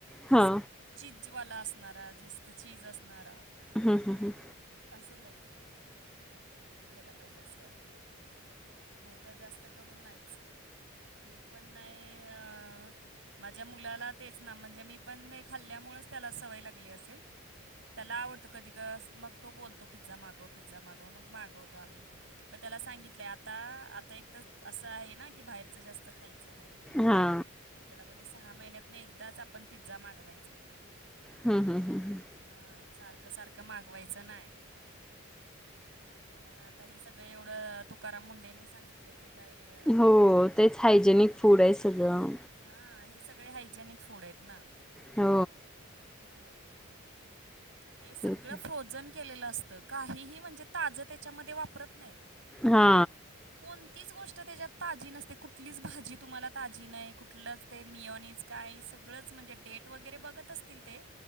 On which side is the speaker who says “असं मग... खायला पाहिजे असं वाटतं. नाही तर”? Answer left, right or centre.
Right